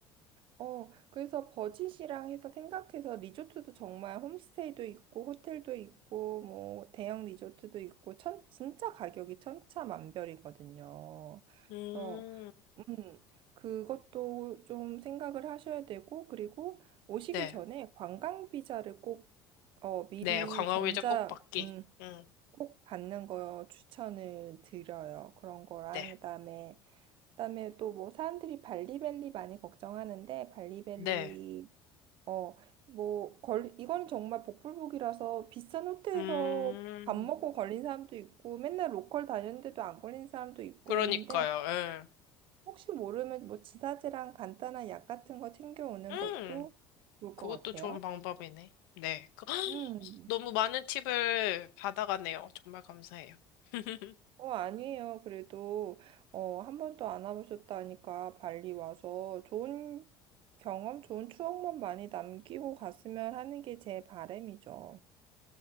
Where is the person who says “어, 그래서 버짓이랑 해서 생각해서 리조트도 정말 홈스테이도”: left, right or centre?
Right